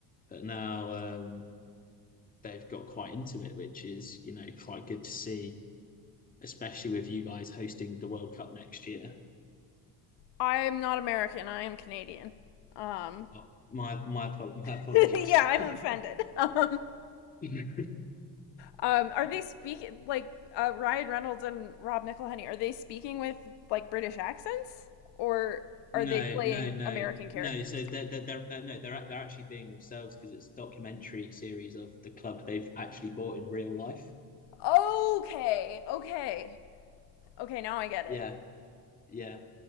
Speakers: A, on the left; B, on the left.
A: but now um, they've got quite into it, which is, you know, quite good to see, especially with you guys hosting the World Cup next year.
B: I'm not American. I am Canadian. Um,
A: Oh, my my my
B: <laughs>
A: apologies.
B: yeah, I'm offended. <laughs> Um,
A: <laughs> no,
B: um, are they speaking like uh, Ryan Reynolds and Rob McElhenney? Are they speaking with like British accents or are
A: no,
B: they playing
A: no,
B: American characters?
A: no. So they're they're, they're, they're no they're they're actually being themselves because it's a documentary series of the club they've actually bought in real life.
B: Okay, okay, okay. Now I get
A: Yeah,
B: it.
A: yeah,